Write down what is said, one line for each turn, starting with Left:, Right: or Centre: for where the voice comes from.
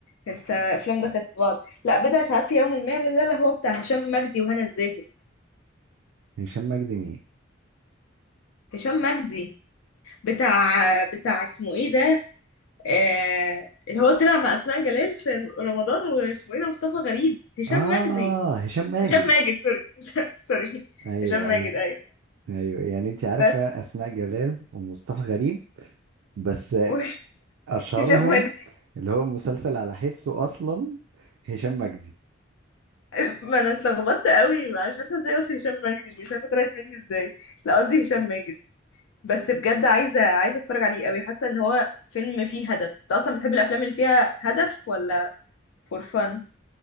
Left: انت افلام دخلت في بعض لا بضع ساعات في يوم ما ده اللي هو بتاع هشام مجدي وهنا الزاهد
Right: هشام مجدي مين
Left: هشام مجدي بتاع بتاع اسمه ايه ده آه... اللي هو طلع مع اسماء جلال في رمضان واسمه ايه ده مصطفى غريب هشام
Right: اه
Left: مجدي
Right: هشام ماجد
Left: هشام ماجد سوري <laughs> سوري
Right: ايوه
Left: هشام ماجد
Right: ايوه
Left: ايوه
Right: ايوه يعني انت عارفه
Left: بس
Right: اسماء جلال ومصطفى غريب بس
Left: <laughs>
Right: اشهرهم
Left: هشام مجدي
Right: اللي هو مسلسل على حسه اصلا هشام مجدي
Left: <laughs> ما انا اتلخبطت قوي مش عارفه ازاي قلت هشام ماجد دي مش عارفه طلعت مني ازاي لا قصدي هشام ماجد بس بجد عايزه عايزه اتفرج عليه قوي حاسه ان هو فيلم فيه هدف انت اصلا بتحب الافلام اللي فيها هدف ولا فور فن